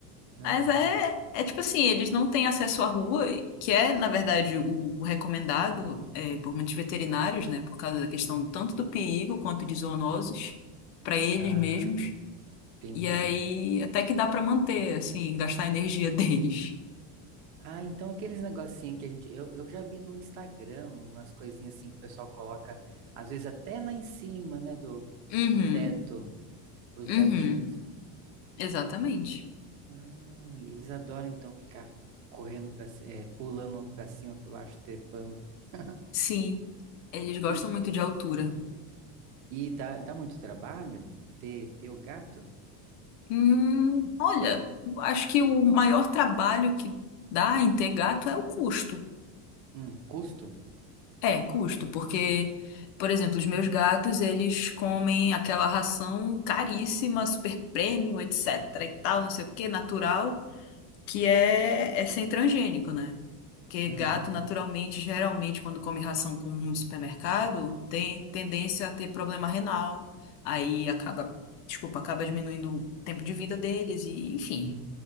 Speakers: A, on the right; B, on the left.
A: Ah,
B: Mas é, é tipo assim, eles não têm acesso à rua, que é, na verdade, o, o recomendado é, por muitos veterinários, né? Por causa da questão tanto do perigo quanto de zoonoses para eles
A: ah,
B: mesmos.
A: entendi.
B: E aí até que dá para manter, assim, gastar a energia <laughs> deles.
A: Ah, então aqueles negocinhos que a gente. Eu, eu já vi no Instagram umas coisinhas assim que o pessoal coloca, às vezes até lá em cima, né, do,
B: Uhum,
A: no teto, pros
B: uhum,
A: gatinhos.
B: exatamente.
A: E, ah, e eles adoram então ficar correndo para pulando pra cima, pra baixo, trepando. <laughs>
B: Sim, eles gostam
A: E,
B: muito de altura.
A: e dá, dá muito trabalho ter, ter o gato?
B: Hum, olha, acho que o maior trabalho que dá em ter gato é o custo.
A: Hum, custo?
B: É, custo, porque, por exemplo, os meus gatos, eles comem aquela ração caríssima, super premium, etc e tal, não sei o que, natural, que é, é sem transgênico, né? Porque
A: Hum,
B: gato, naturalmente, geralmente, quando come ração comum no supermercado, tem tendência a ter problema renal, aí acaba, desculpa, acaba diminuindo o tempo de vida deles e, enfim...